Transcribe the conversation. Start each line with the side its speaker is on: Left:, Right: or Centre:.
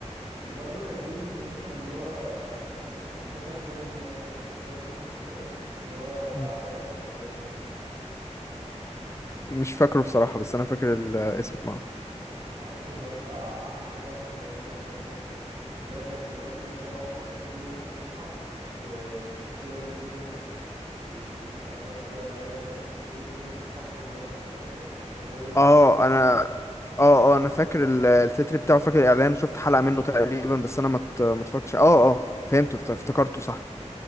Right: وبرده كان في مسلسل اللي هو كان بس ده كان كوميدي يعني كان في اطار كوميدي شويه اللي هو بتاع
Left: مم.
Right: ريح المدام بس
Left: مش فاكره بصراحة بس انا فاكر الاسم اه
Right: مش عارفه اللي هو بتاع احمد فهمي ده واكرم حسني اللي هي كانت مراته مي عمر كل يوم بتصحى ت- بشخصيه جديده وتبقى ناسيه هي امبارح كانت ايه وكل يوم تصحى بشغلانه مختلفه وهو يفضل
Left: اه انا اه اه انا فاكر ال- التتر بتاعه فاكر الاعلان شفت حلقة منه تقريبا بس انا ما ات- ما اتفرجتش اه اه فهمته افت- افتكرته صح